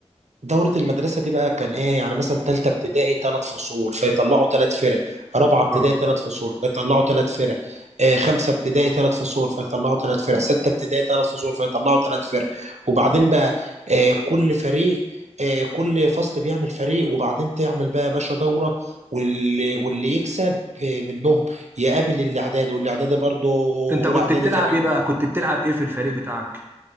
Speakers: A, on the right; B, on the right.
A: دورة المدرسة دي بقى كان ايه يعني مثلا تالتة ابتدائي تلات فصول فيطلعوا تلات فرق رابعة ابتدائي
B: اه
A: تلات فصول فيطلعوا تلات فرق آه خمسة ابتدائي تلات فصول فيطلعوا تلات فرق ستة ابتدائي تلات فصول فيطلعوا تلات فرق وبعدين بقى آه كل فريق آه كل فصل بيعمل فريق وبعدين تعمل بقى يا باشا دورة واللي, واللي يكسب آه منهم يقابل الإعدادي والإعدادي برضه
B: انت
A: أولى
B: كنت
A: إعدادي
B: بتلعب
A: فريق
B: ايه بقى كنت بتلعب ايه في الفريق بتاعك